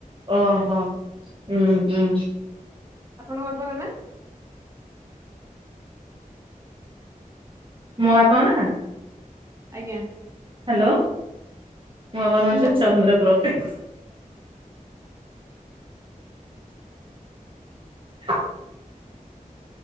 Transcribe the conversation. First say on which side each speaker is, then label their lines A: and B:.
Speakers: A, on the right; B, on the right.
A: ଓହୋ ହୁଁ ହୁଁ।
B: ଆପଣଙ୍କ ବାପାଙ୍କ ନା।
A: ମୋ ବାପାଙ୍କ ନା।
B: ଆଜ୍ଞା।
A: ହ୍ୟାଲୋ ମୋ ବାପଙ୍କ
B: ହ୍ୟାଲୋ
A: ନା ହଉଛନ୍ତି ଚନ୍ଦ୍ରପ୍ରକାଶ। <inaudible>